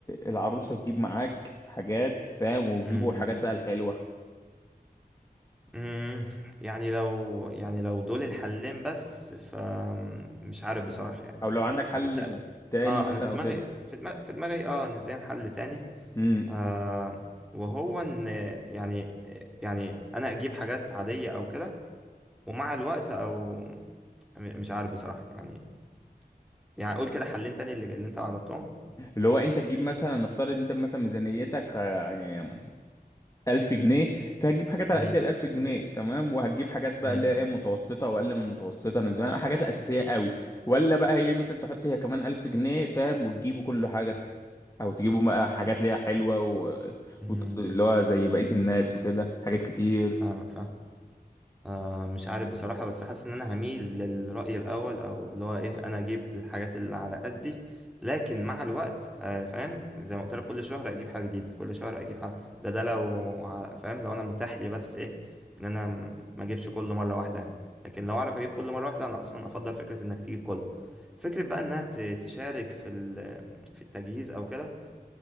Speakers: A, on the left; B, in the centre.
A: العروسة تجيب معاك حاجات فاهم وتجيبوا
B: امم
A: الحاجات بقى الحلوة
B: امم يعني لو يعني لو دول الحلين بس فمش عارف بصراحة يعني
A: او لو عندك حل
B: بس
A: تاني
B: اه
A: مثلا
B: انا في
A: او
B: دماغي
A: كده
B: في دماغي في دماغي اه نسبيا حل تاني
A: امم
B: آه وهو ان يعني يعني انا اجيب حاجات عادية او كده ومع الوقت او م- مش عارف بصراحة يعني يعني اقول كده حلين تاني اللي اللي انت عرضتهم
A: اللي هو انت تجيب مثلا نفترض انت مثلا ميزانيتك آه، 1000 جنيه فهتجيب حاجات على
B: امم
A: قد ال 1000 جنيه تمام وهتجيب حاجات بقى
B: امم
A: اللي هي إيه، متوسطه واقل من متوسطه نسبيا الحاجات الاساسيه قوي ولا بقى هي مثلا تحط هي كمان 1000 جنيه فاهم وتجيبوا كل حاجه او تجيبوا بقى حاجات اللي هي حلوه و...
B: أمم.
A: وت- اللي هو زي بقيه الناس وكده حاجات كتير
B: فاهمك فاهم آه مش عارف بصراحة بس حاسس إن أنا هميل للرأي الأول أو اللي هو إيه أنا أجيب الحاجات اللي على قدي لكن مع الوقت آه، فاهم زي ما قلت لك كل شهر أجيب حاجة جديدة كل شهر أجيب حاجة ده ده لو ع- فاهم لو أنا متاح لي بس إيه إن أنا م- ما أجيبش كل مرة واحدة يعني. لكن لو أعرف أجيب كل مرة واحدة أنا أصلا أفضل فكرة إنك تجيب كله فكرة بقى إنها ت- تشارك في ال- في التجهيز أو كده